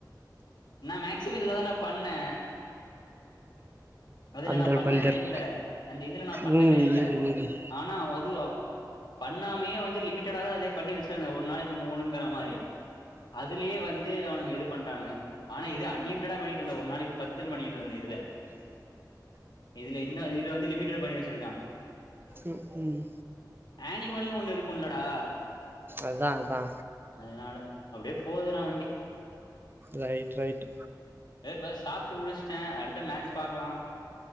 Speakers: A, on the left; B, on the right.
A: நா மேக்சிமம் இதுலதான்டா பண்ணே அதுல
B: அந்தர்
A: நா பண்ணவே
B: பந்தர்
A: இல்ல அந்த இதுல நா பண்ணவே
B: ம்
A: இல்ல
B: ம் ம்
A: ஆனா அதுவ பண்ணாமையே வந்து லிமிட்டடா தா அதே பண்ணி வச்சுருங்க ஒரு நாளைக்கு மூணுங்கிற மாரி அதுலேயே வந் து அவ்னுங்க இது பண்டாணுங்க ஆனா இது அன்லிமிடா பண்ணிட்டு இருந்த ஒரு நாளைக்கு பத்துனு பண்ணிட்டு இருந்த இதுல இதுல இன்னு இதுல வந்து லிமிட்டட் பண்ணி வச்சிருக்கா
B: ம் ம்
A: ஆனிவல்னு ஒண்ணு இருக்கும்ல்லடா
B: அதா அதா
A: அதனால அப்டியே போதுறா வண்டி
B: ரைட் ரைட்
A: இத இப்ப சாப்ட்டு முடிச்சுட்டே அடுத்த மேட்ச் பாக்கலா